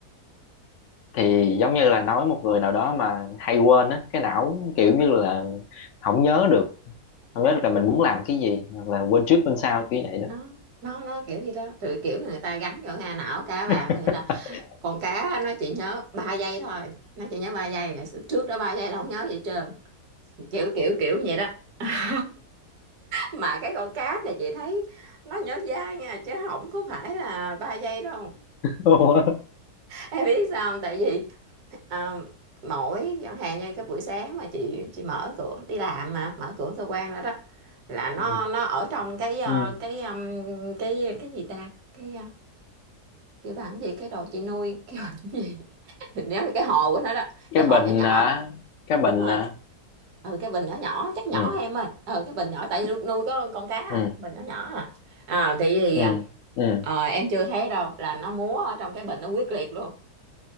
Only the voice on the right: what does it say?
nó nó nó kiểu gì đó thì kiểu người ta gắn vào hà não cá vàng
có nghĩa là con cá nó chỉ nhớ 3 giây thôi nó chỉ nhớ 3 giây trước đó 3 giây là không nhớ gì hết trơn kiểu kiểu kiểu vậy đó <laughs> mà cái con cá này chị thấy nó nhớ dai nha chứ không có phải là 3 giây đâu
em biết sao không tại vì à, mỗi chẳng hạn như cái buổi sáng mà chị chị mở cửa đi làm mà mở cửa cơ quan ra đó là nó
nó ở trong cái ờ,
cái ừm, cái cái gì ta cái ờ, kêu bà làm gì cái đồ chị nuôi kêu bà làm gì <laughs> thì nếu mà cái hồ của nó đó
cái
hồ nhỏ nhỏ
đúng rồi
ừ cái bình nhỏ nhỏ chắc nhỏ
em ơi ừ cái bình nhỏ tại vì lúc nuôi có con cá à,
bình nhỏ nhỏ à à thì, thì
ờ, em chưa thấy đâu là nó múa ở trong cái bình nó quyết liệt luôn